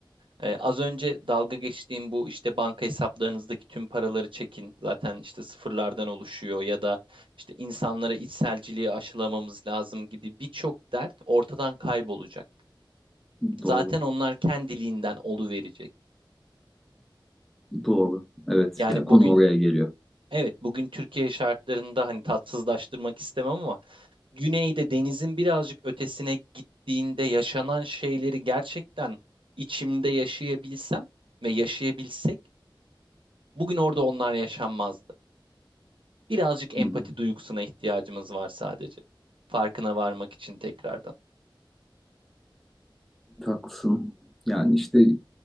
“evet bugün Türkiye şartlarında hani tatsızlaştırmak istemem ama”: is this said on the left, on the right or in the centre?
Right